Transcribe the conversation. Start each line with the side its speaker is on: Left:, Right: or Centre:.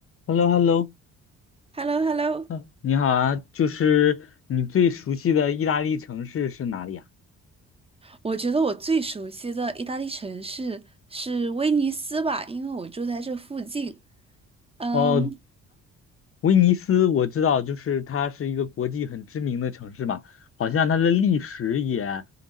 Left: h e l l o h e l l o
Right: h e l l o h e l l o
Left: 嗯，你好啊，就是你最熟悉的意大利城市是哪里啊？
Right: 我觉得我最熟悉的意大利城市是威尼斯吧，因为我住在这附近。嗯，
Left: 哦，威尼斯我知道，就是它是一个国际很知名的城市嘛，好像它的历史也，